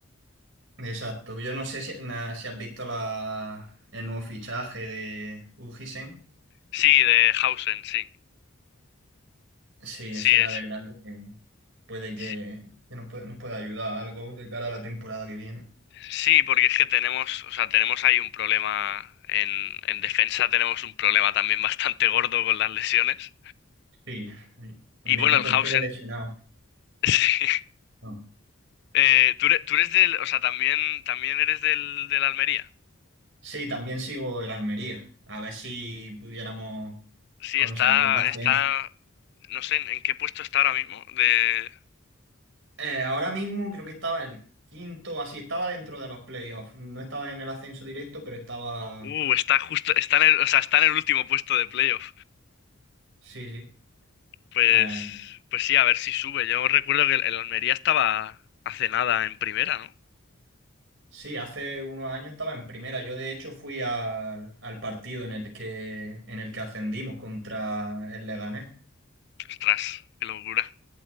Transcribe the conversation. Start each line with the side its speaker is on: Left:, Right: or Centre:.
Right: Exacto. Yo no sé si, na- si has visto la, el nuevo fichaje de Ujisen.
Left: Sí, de Hausen, sí.
Right: Sí,
Left: Sí
Right: ese
Left: es.
Right: la verdad que puede que,
Left: Sí,
Right: que nos puede, nos pueda ayudar a algo de cara a la temporada que viene.
Left: sí, porque es que tenemos, o sea, tenemos ahí un problema en, en defensa, tenemos un problema también <laughs> bastante gordo con las lesiones.
Right: Sí, un
Left: Y bueno,
Right: equipo
Left: el
Right: entero
Left: Hausen,
Right: lesionado.
Left: <laughs> sí.
Right: No.
Left: Eh, tú eres, tú eres del, o sea, también, también eres del, del Almería.
Right: Sí, también sigo el Almería. A ver si pudiéramos
Left: Sí,
Right: conseguir
Left: está,
Right: el ascenso.
Left: está, no sé en qué puesto está ahora mismo. De,
Right: Eh, ahora mismo creo que estaba el quinto, así estaba dentro de los playoffs. No estaba en el ascenso directo, pero estaba.
Left: uh, está justo, está en el, o sea, está en el último puesto de playoff.
Right: Sí, sí.
Left: Pues,
Right: Eh,
Left: pues sí, a ver si sube. Yo recuerdo que el el Almería estaba hace nada en primera, ¿no?
Right: Sí, hace unos años estaba en primera. Yo de hecho fui al, al partido en el que, en el que ascendimos contra el Leganés.
Left: Ostras, qué locura.